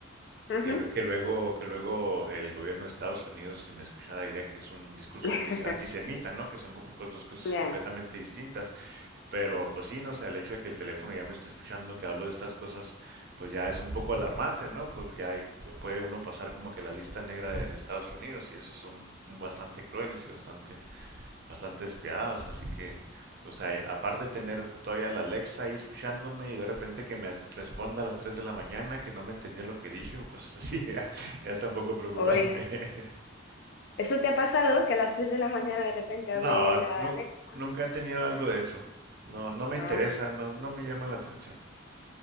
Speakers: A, on the left; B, on the right.
A: Ujú.
B: que, lue- que luego, que luego el gobierno de Estados Unidos, si me escuchara, diría que es un discurso
A: <laughs>
B: antis- antisemita, ¿no? Que son compl- co- dos cosas
A: Ya,
B: completamente distintas. Pero pues sí, no sé, el hecho de que el teléfono ya me esté escuchando que hablo de estas cosas, pues ya es un poco alarmante, ¿no? Pues ya hay- puede uno pasar como que la lista negra de Estados Unidos y esos son bastante crueles y bastante bastante despiadados, así que, o sea, eh, aparte de tener todavía la Alexa ahí escuchándome y de repente que me responda a las 3 de la mañana que no me entendió lo que dije o cosas así, <laughs> ya, ya está un poco preocupante.
A: Uy.
B: <laughs>
A: ¿Eso te ha pasado? Que a las 3 de la mañana de repente hable
B: No,
A: la
B: nu-
A: Alexa.
B: nunca he tenido algo de eso. No, no me
A: Ah,
B: interesa, no, no me llama la atención.